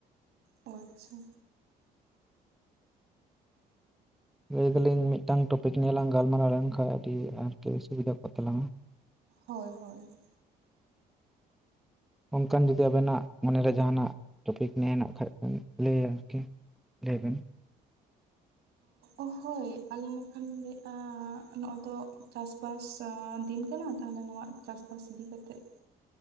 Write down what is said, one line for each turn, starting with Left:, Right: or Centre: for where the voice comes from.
Right: ᱚ ᱟᱪᱪᱷᱟ᱾
Centre: ᱞᱟᱹᱭ ᱫᱟᱞᱤᱧ ᱢᱤᱫᱴᱟᱝ, ᱴᱚᱯᱤᱠ ᱱᱤᱭᱮ ᱞᱟᱝ ᱜᱟᱞᱢᱟᱨᱟᱣ ᱞᱮᱱᱠᱷᱟᱱ ᱟᱹᱰᱤ ᱟᱨᱠᱤ ᱥᱩᱵᱤᱫᱷᱟ ᱠᱚᱜ ᱛᱟᱞᱟᱝᱟ᱾
Right: ᱦᱳᱭ ᱦᱳᱭ᱾
Centre: ᱚᱱᱠᱟᱱ ᱡᱩᱫᱤ ᱟᱵᱮᱱᱟᱜ ᱢᱚᱱᱮᱨᱮ ᱡᱟᱦᱟᱸᱱᱟᱜ ᱴᱚᱯᱤᱠ ᱱᱮᱭᱱᱟᱜ ᱠᱷᱟᱡ ᱫᱚ ᱞᱟᱹ ᱟᱨᱠᱤ ᱞᱟᱹᱭ ᱵᱤᱱ
Right: ᱚ ᱦᱳᱭ ᱟᱹᱞᱤᱧ ᱱᱟᱠᱷᱚᱱ <unintelligible> ᱱᱚᱜᱼᱚᱭ ᱫᱚ ᱪᱟᱥ ᱵᱟᱥ ᱫᱤᱱ ᱠᱟᱱᱟ ᱛᱟᱦᱚᱞᱮ ᱱᱚᱣᱟ ᱪᱟᱥ ᱵᱟᱥ ᱤᱫᱤ ᱠᱟᱛᱮᱫ